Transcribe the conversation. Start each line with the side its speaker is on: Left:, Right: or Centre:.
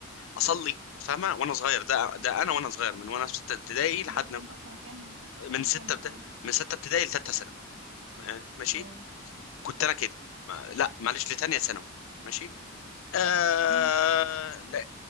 Left: اصلي فاهمه وانا صغير ده ده انا وانا صغير من وانا في سته ابتدائي لحد
Right: ده في
Left: ما-
Right: وانت في سنة كام سنة
Left: من سته
Right: كام مثلا
Left: ابت- من سته ابتدائي لثالثه ثانوي آه، ماشي
Right: اه
Left: كنت انا كده ما... لا معلش لتانيه ثانوي ماشي آه
Right: امم
Left: لا